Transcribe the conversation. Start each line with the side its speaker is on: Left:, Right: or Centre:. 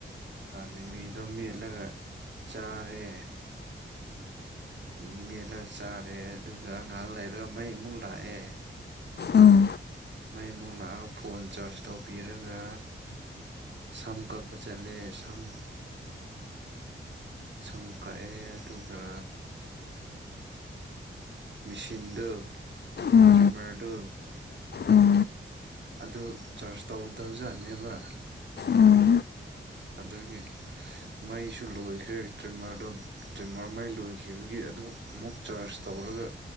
Right: ꯃꯤꯃꯤꯗꯣ ꯃꯦꯠꯂꯒ ꯆꯥꯔꯦ ꯃꯤ ꯃꯦꯠꯂꯒ ꯆꯥꯔꯦ ꯑꯗꯨꯒ ꯉꯛ ꯂꯩꯔꯒ ꯃꯩ ꯑꯃꯨꯛ ꯂꯥꯛꯑꯦ
Left: ꯎꯝ
Right: ꯃꯩ ꯃꯨꯛ ꯂꯥꯛꯑꯒ ꯐꯣꯟ ꯆꯥꯔꯖ ꯇꯧꯕꯤꯔꯒ ꯁꯝ ꯀꯛꯄ ꯆꯠꯂꯦ ꯁꯝ ꯁꯝ ꯀꯛꯑꯦ ꯑꯗꯨꯒ ꯃꯦꯁꯤꯟꯗꯨ
Left: ꯎꯝ
Right: ꯇ꯭ꯔꯤꯝꯃꯔꯗꯨ
Left: ꯎꯝ
Right: ꯑꯗꯨ ꯆꯥꯔꯖ ꯇꯧꯗꯧꯖꯥꯠꯅꯦꯕ
Left: ꯎꯝ
Right: ꯑꯗꯨꯒꯤ ꯃꯩꯁꯨ ꯂꯣꯏꯈ꯭ꯔꯦ ꯇ꯭ꯔꯤꯝꯃꯔꯗꯣ ꯇ꯭ꯔꯤꯝꯃꯔ ꯃꯩ ꯂꯣꯏꯈꯤꯕꯒꯤ ꯑꯗꯨ ꯑꯃꯨꯛ ꯆꯥꯔꯖ ꯇꯧꯔꯒ